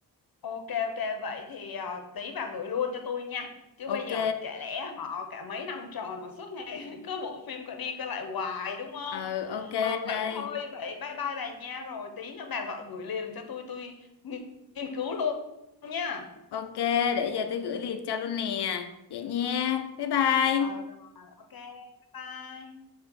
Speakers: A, on the left; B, on the left.
A: Ok ok vậy thì ờ, tí bà gửi luôn cho tôi nha chứ
B: ok
A: bây giờ chả lẽ họ cả mấy năm trời mà suốt ngày <laughs> cứ bộ phim cứ đi cứ lại hoài đúng không
B: ừ ok
A: ừ
B: đây
A: vậy thôi vậy bye bye bà nha rồi tí nữa bà gọi gửi liền cho tôi tôi nghi- nghiên cứu luôn nha
B: ok để giờ tôi gửi liền cho luôn nè vậy nha bye bye
A: ờ rồi ok bye bye